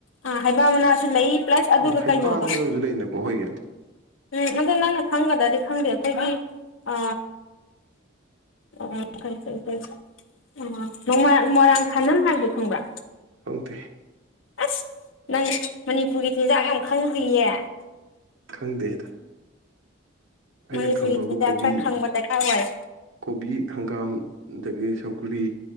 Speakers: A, on the left (about 80°); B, on the right (about 80°).
A: ꯑꯥ ꯍꯩꯄ ꯃꯅꯥꯁꯨ ꯂꯩ ꯄ꯭ꯂꯁ ꯑꯗꯨꯒ
B: ꯎꯝ ꯍꯩꯄꯥꯟ
A: ꯀꯩꯅꯣꯗꯣ
B: ꯍꯥꯏꯕ ꯑꯃꯁꯨ ꯂꯩꯗꯅꯀꯣ ꯑꯩꯈꯣꯏꯒꯤ
A: ꯎꯝ ꯑꯗꯣ ꯅꯪꯅ ꯈꯪꯒꯗ꯭ꯔꯗꯤ ꯈꯪꯗꯦ ꯑꯩꯈꯣꯏꯒꯤ ꯑ ꯑꯣ ꯀꯔꯤ ꯀꯔꯤ ꯑꯣ ꯅꯣꯡꯃ ꯃꯣꯏꯔꯥꯡ ꯈꯥꯅꯝ ꯍꯥꯏꯕꯗꯣ ꯈꯪꯕ꯭ꯔꯥ
B: ꯈꯪꯗꯦ
A: ꯑꯁ ꯅꯪ ꯃꯅꯤꯄꯨꯔꯒꯤ ꯆꯤꯟꯖꯥꯛ ꯌꯥꯝ ꯈꯪꯗ꯭ꯔꯤꯌꯦ
B: ꯈꯪꯗꯦꯗ ꯑꯩꯅ
A: ꯃꯅꯤꯄꯨꯒꯤ
B: ꯈꯪꯕꯕꯨ
A: ꯆꯤꯟꯖꯥꯛ
B: ꯀꯣꯕꯤ
A: ꯈꯔ ꯈꯪꯕ ꯗꯔꯀꯥꯔ ꯑꯣꯏ
B: ꯀꯣꯕꯤ ꯍꯪꯒꯥꯝ ꯑꯗꯒꯤ ꯁꯧ ꯒꯨꯔꯤ